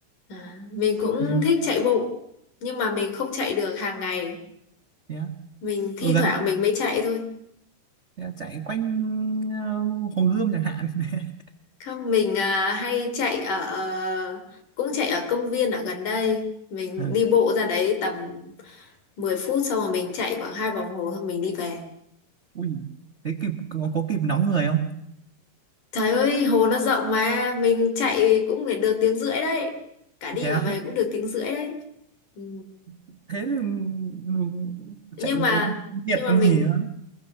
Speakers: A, on the left; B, on the right.
A: À, mình cũng
B: Ừ,
A: thích chạy bộ, nhưng mà mình không chạy được hàng ngày.
B: thế á.
A: Mình thi
B: Ừ, gần
A: thoảng mình mới chạy thôi.
B: thế á, chạy quanh ờ, Hồ Gươm chẳng hạn. <laughs>
A: Không, mình à, hay chạy ở ờ, cũng chạy ở công viên ở gần đây. Mình
B: Ờ,
A: đi bộ ra đấy tầm 10 phút xong rồi mình chạy khoảng hai vòng hồ xong mình đi về.
B: Ui, thế kịp có, có kịp nóng người không?
A: Trời ơi, hồ nó rộng mà, mình chạy cũng phải được tiếng rưỡi đấy. Cả đi
B: Thế á.
A: cả về cũng được tiếng rưỡi đấy. Ừ.
B: Thế thì, ừ,
A: Nhưng
B: chạy
A: mà
B: ờ, nhiệt
A: nhưng mà
B: còn
A: mình
B: gì nữa.